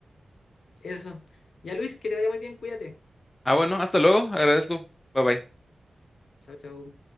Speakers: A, on the left (about 80°); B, on the left (about 20°).
A: Eso. Ya, Luis, que te vaya muy bien, cuídate.
B: Ah, bueno, hasta luego. Agradezco. Bye bye.
A: Chao, chao.